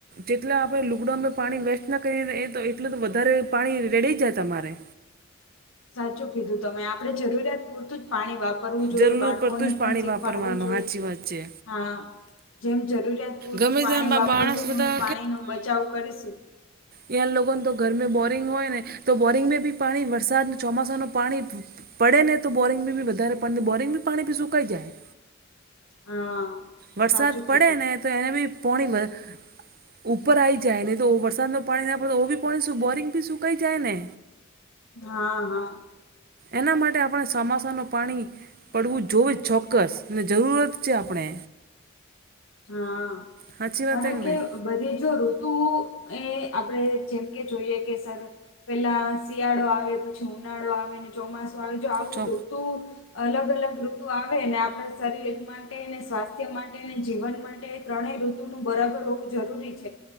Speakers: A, on the right (about 45°); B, on the left (about 80°).
A: જેટલા આપણે લુકડાઉનમાં પાણી વેસ્ટ ના કરીએ એ તો એટલું તો વધારે પાણી રેડી જાય તમારે.
B: સાચું કીધું તમે આપણે જરૂરિયાત પૂરતું જ પાણી વાપરવું જોઈએ
A: જરૂર
B: બાળકોને
A: પડતું જ
B: પણ
A: પાણી
B: શીખવાડવું
A: વાપરવાનું
B: જોઈએ.
A: સાચી વાત છે
B: હા, જેમ જરૂરિયાત પૂરતું
A: ગમે
B: પાણી
A: તેમ
B: વાપરશું
A: માણસ બધા
B: હું પાણીનો બચાવ કરીશું.
A: ત્યાં લોકોને તો ઘરમે બોરિંગ હોય ને તો બોરિંગમાં બી પાણી વરસાદ ચોમાસાનું પાણી પડે ને તો બોરિંગ બી બી વધારે પા બોરિંગ બી પાણી ભી સુકાઈ જાય.
B: હા.
A: વરસાદ
B: સાચું
A: પડે
B: કીધું
A: ને તો એને બી પોણી વ ઉપર આવી જાય ને તો વરસાદનું પાણી ના પડે તો ઓ બી પાણી બોરિંગ બી સુકાઈ જાય ને.
B: હા, હા.
A: એના માટે આપણે સમાસાનું પાણી પડવું જોએ ચોક્કસ ને જરૂરત છે આપણે.
B: હા,
A: સાચી વાત
B: કારણ
A: છે
B: કે
A: નહીં
B: બધી જો ઋતુ એ આપડે જેમ કે જોઈએ કે સર પેલા શિયાળો આવે પછી ઉનાળો આવે ને ચોમાસું આવે જો આવું
A: ચો
B: ઋ તુ અલગ અલગ ઋતુ આવેને આપડા શરીર માટેને સ્વાસ્થ્ય માટેને જીવન માટે ત્રણે ઋતુ નું બરાબર હોવું જરૂરી છે